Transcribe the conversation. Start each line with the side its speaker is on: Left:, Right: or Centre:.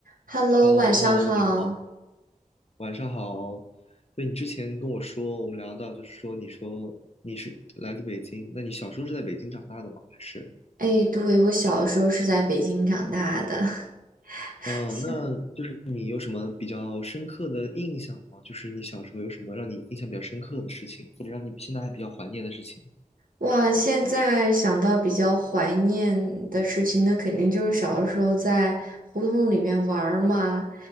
Right: Hello，
Left: h e l
Right: 晚上好。
Left: l o h e l l o 你好，晚上好。对，你之前跟我说，我们聊到就是说，你说你是来自北京，那你小时候是在北京长大的吗？还是？
Right: 哎，对，我小时候是在北京长大的。<laughs>
Left: 嗯、
Right: 现
Left: 那就是你有什么比较深刻的印象吗？就是你小时候有什么让你印象比较深刻的事情，或者让你现在还比较怀念的事情？
Right: 哇，现在想到比较怀念的事情，那肯定就是小的时候在胡同里面玩儿嘛。